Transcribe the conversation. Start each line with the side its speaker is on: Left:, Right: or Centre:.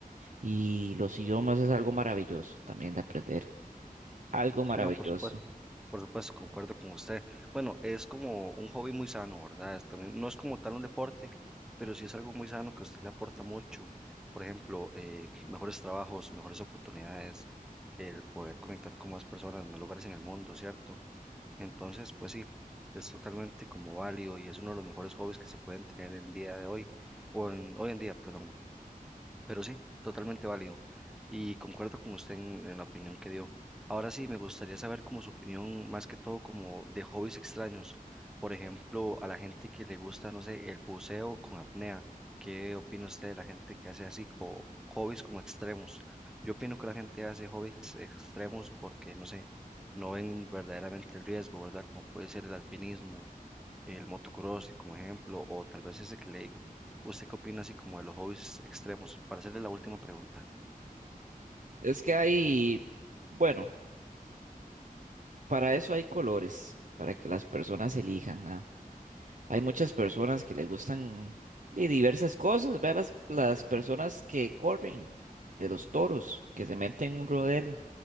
Right: Y los idiomas es algo maravilloso también de aprender. Algo maravilloso.
Centre: Sí, no, por supuesto. Por supuesto, concuerdo con usted. Bueno, es como un hobby muy sano, ¿verdad? Es también- no es como tal un deporte, pero sí es algo muy sano que a usted le aporta mucho. Por ejemplo, eh, mejores trabajos, mejores oportunidades, el poder conectar con más personas, más lugares en el mundo, ¿cierto? Entonces, pues sí, es totalmente como válido y es uno de los mejores hobbies que se pueden tener el día de hoy, o en, hoy en día, perdón. Pero sí, totalmente válido. Y concuerdo con usted en, en la opinión que dio. Ahora sí, me gustaría saber como su opinión, más que todo como de hobbies extraños. Por ejemplo, a la gente que le gusta, no sé, el buceo con apnea. ¿Qué opina usted de la gente que hace así? O hobbies como extremos. Yo opino que la gente hace hobbies extremos porque, no sé, no ven verdaderamente el riesgo, ¿verdad? Como puede ser el alpinismo, el motocross, como ejemplo, o tal vez ese que le digo ¿Usted qué opina así como de los hobbies extremos? Para hacerle la última pregunta.
Right: Es que hay, bueno, para eso hay colores, para que las personas elijan, ¿ah? Hay muchas personas que le gustan de diversas cosas. Vean las, las personas que corren de los toros, que se meten en un rodeo.